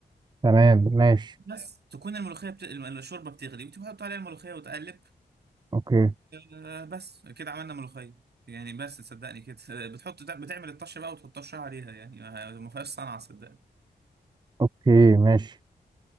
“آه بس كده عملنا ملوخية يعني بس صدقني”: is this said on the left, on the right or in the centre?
Right